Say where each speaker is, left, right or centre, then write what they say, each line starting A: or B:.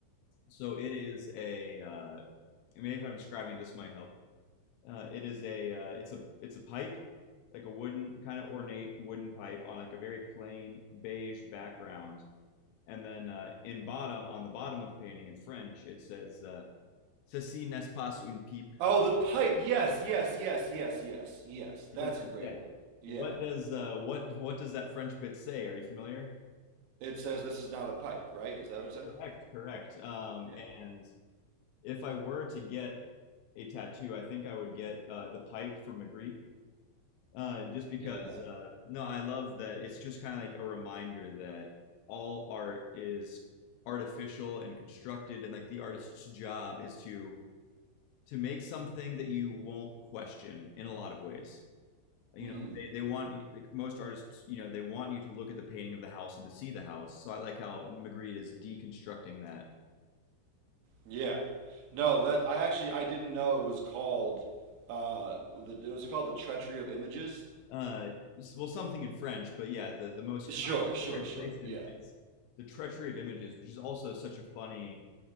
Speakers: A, on the left; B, on the right.
A: So it is a, uh, maybe if I'm describing this might help. Uh, it is a, uh, it's a, it's a pipe, like a wooden kind of ornate wooden pipe on like a very plain beige background. And then uh, in bottom, on the bottom of the painting in French, it says, uh, "Ceci n'est pas une pipe."
B: Oh, the pipe. Yes, yes, yes, yes, yes, yes.
A: What
B: That's
A: does
B: a great
A: it say?
B: one. Yeah.
A: What does uh what what does that French bit say? Are you familiar?
B: It says this is not a pipe, right? Is that what it says?
A: Correct, correct. Um,
B: Yeah.
A: and if I were to get a tattoo, I think I would get uh, the pipe from Magritte. Uh, just because
B: Yeah.
A: uh, no, I love that it's just kind of like a reminder that all art is artificial and constructed, and like the artist's job is to to make something that you won't question in a lot of ways. You
B: Mm.
A: know, they, they want you, like most artists, you know, they want you to look at the painting of the house and to see the house. So I like how Magritte is deconstructing that.
B: Yeah. No, that I actually I didn't know it was called uh the was it called the treachery of images?
A: Uh, well, something in French, but yeah, the, the most
B: Sure,
A: common
B: sure,
A: translation
B: sure. Yeah.
A: is the treachery of images, which is also such a funny.